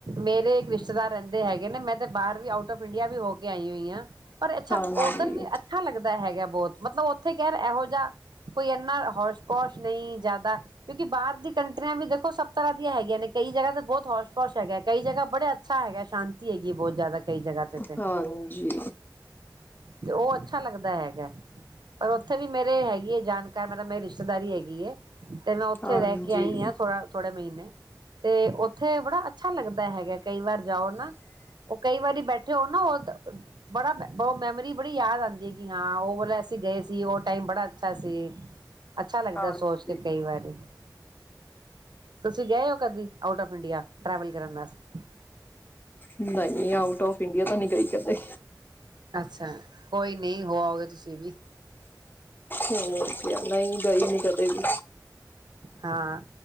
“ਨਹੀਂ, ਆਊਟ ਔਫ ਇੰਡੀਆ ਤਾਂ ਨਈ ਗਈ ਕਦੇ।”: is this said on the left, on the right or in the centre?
Left